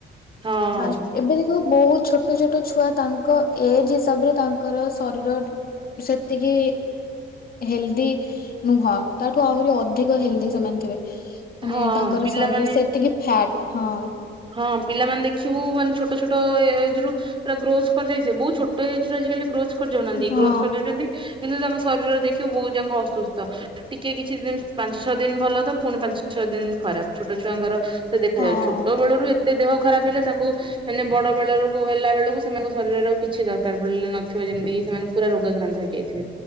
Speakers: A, on the right; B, on the left.
A: ହଁ
B: ଫାର୍ଷ୍ଟ ଏବେ ଦେଖ ତୋ ବହୁତ୍ ଛୋଟ ଛୋଟ ଛୁଆ ତାଙ୍କ ଏଜ୍ ହିସାବରେ ତାଙ୍କର ଶରୀର ସେତିକି ହେଲ୍ଡି ନୁହଁ ତାଠୁ ଆହୁରି ଅଧିକ ହେଲ୍ଡି ସେମାନେ ଥିବେ ମାନେ
A: ହଁ
B: ତାଙ୍କର
A: ପିଲାମାନେ
B: ଶରୀର ସେତିକି ଫ୍ୟାଟ୍ ହଁ।
A: ହଁ ପିଲାମାନେ ଦେଖିବୁ ମାନେ ଛୋଟ ଛୋଟ ଏଜ୍ ରୁ ପୁରା ଗ୍ରୋଥ୍ କରିଯାଇଥିବେ ବହୁତ୍ ଛୋଟ ଏଜ୍ ରୁ ଆଜିକାଲି ଗ୍ରୋଥ୍ କରି ଯାଉନାହାନ୍ତି
B: ହଁ
A: ଗ୍ରୋଥ୍ କରିଯାଉଛନ୍ତି। କିନ୍ତୁ ତାଙ୍କ ଶରୀର ଦେଖିବୁ ବହୁତ୍ ଜାଙ୍କ ଅସୁସ୍ଥ। ଟିକେ କିଛି ଦିନ୍ ପାଞ୍ଚ ଛଅ ଦିନ୍ ଭଲ ତ ପୁଣି ପାଞ୍ଚ ଛଅ ଦିନ୍ ଖରାପ୍ ଛୋଟ ଛୁଆଙ୍କର ସେ ଦେଖାଯାଉଛି
B: ହଁ।
A: ଛୋଟ ବେଳୁରୁ ଏତେ ଦେହ ଖରାପ୍ ହେଲେ ତାଙ୍କୁ ମାନେ ବଡ ବଡ ରୋଗ ହେଲା ବେଳୁକୁ ସେମାନଙ୍କ ଶରୀରଆଉ କିଛି ଦରକାର ପଡିଲେ ନଥିବ ଯେମତି କିି ସେମାନେ ପୁରା ରୋଗାକ୍ରାନ୍ତ ହେଇଯାଇଥିବେ